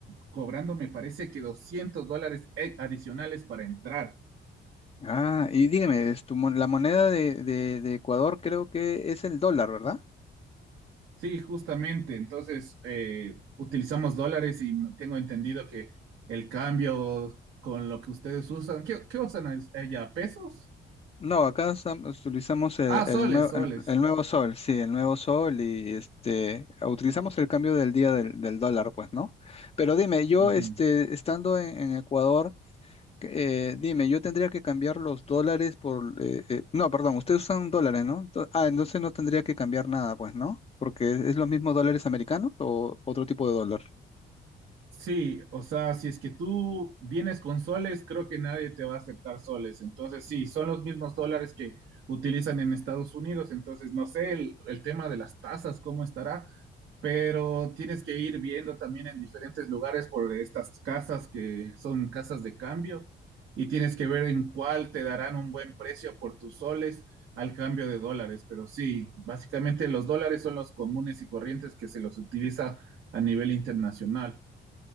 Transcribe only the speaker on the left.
Ah, y dígame, es tu mon- la moneda de, de- de Ecuador creo que es el dólar, ¿verdad?
No, acá usam- utilizamos el,
el nue-
el- el nuevo sol, sí, el nuevo sol y este, utilizamos el cambio del día del, del dólar, pues, ¿no? Pero dime, yo
este, estando en, en Ecuador, Eh, dime, yo tendría que cambiar los dólares por... eh, eh, no, perdón, ustedes usan dólares, ¿no? Ento- ah, entonces no tendría que cambiar nada, pues, ¿no? Porque es los mismos dólares americanos o otro tipo de dólar.